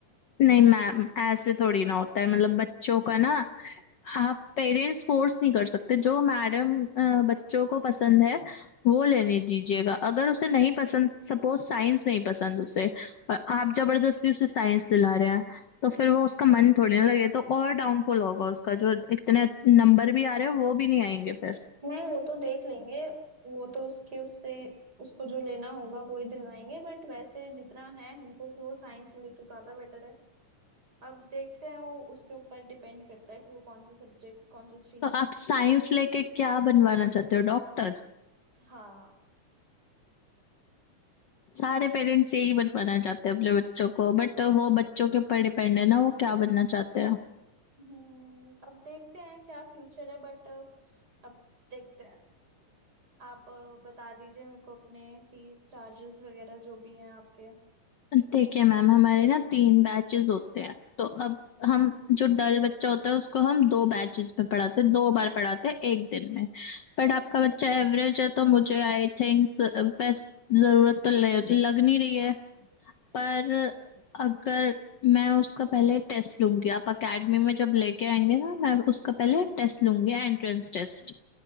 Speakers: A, on the left (about 80°); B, on the right (about 30°).
A: नहीं मैम ऐसे थोड़ी ना होता है मतलब बच्चों का ना आप पेरेंट्स फोर्स नहीं कर सकते जो मैडम बच्चों को पसंद है वो लेने दीजिएगा अगर उसे नहीं पसंद सपोज साइंस नहीं पसंद उसे और आप जबरदस्ती उसे साइंस दिला रहे हैं तो फिर वो उसका मन थोड़ी ना लगे तो और डाउनफॉल होगा उसका जो इतने नंबर भी आ रहे हैं वो भी नहीं आएंगे फिर
B: नहीं वो तो देख लेंगे वो तो उसके उससे उसको जो लेना होगा वो ही दिलवाएंगे बट वैसे जितना है हमको कि वो साइंस ले तो ज्यादा बेटर है अब देखते हैं वो उसके ऊपर डिपेंड करता है कि वो कौन से सब्जेक्ट कौन से स्ट्रीम
A: तो आप साइंस लेके क्या बनवाना चाहते हो डॉक्टर
B: हाँ
A: सारे पेरेंट्स यही बनवाना चाहते हैं अपने बच्चों को बट वो बच्चों के ऊपर डिपेंड है ना वो क्या बनना चाहते हैं
B: हम्म अब देखते हैं क्या फ्यूचर है बट अब देखते हैं आप अ, बता दीजिए मेरे को अपने फीस चार्जेस वगैरह जो भी हैं आपके
A: देखिए मैम हमारे ना तीन बैचेस होते हैं तो अब हम जो डल बच्चा होता है उसको हम दो बैचेस में पढ़ाते हैं दो बार पढ़ाते हैं एक दिन में बट आपका बच्चा एवरेज है तो मुझे आई थिंक बेस्ट जरूरत तो लग, लग नहीं रही है पर अगर मैं उसका पहले टेस्ट लूंगी आप अकेडमी में जब लेके आएंगे ना मैं उसका पहले टेस्ट लूंगी एंट्रेंस टेस्ट